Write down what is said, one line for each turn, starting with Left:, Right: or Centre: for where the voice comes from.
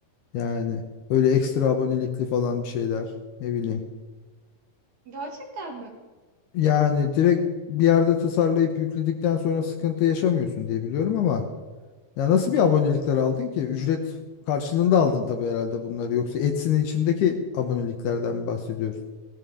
Left: Yani öyle ekstra abonelikli falan bir şeyler. Ne bileyim.
Right: Gerçekten mi?
Left: Yani
Right: Çünkü
Left: direkt bir yerde tasarlayıp yükledikten sonra sıkıntı yaşamıyorsun diye biliyorum ama ya nasıl bir abonelikler aldın ki? Ücret karşılığında aldın tabii herhalde bunları. Yoksa Etsy'nin içindeki aboneliklerden mi bahsediyoruz?